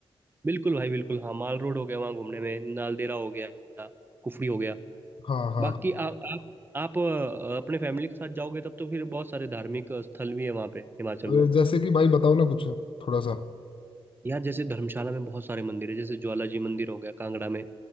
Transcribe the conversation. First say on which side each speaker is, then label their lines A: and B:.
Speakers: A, on the right (about 20°); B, on the left (about 65°).
A: बिल्कुल भाई बिल्कुल हाँ माल रोड हो गया वहाँ घूमने में नालदेहरा हो गया कुफरी हो गया
B: हाँ हाँ
A: बाकी आ, आप आप अ, अपने फैमिली के साथ जाओगे तब तो फिर बहुत सारे धार्मिक स्थल भी है वहाँ पे हिमाचल
B: अ,
A: में
B: जैसे कि भाई बताओ ना कुछ थोड़ा सा
A: यार जैसे धर्मशाला में बहुत सारे मंदिर है जैसे ज्वाला जी मंदिर हो गया कांगड़ा में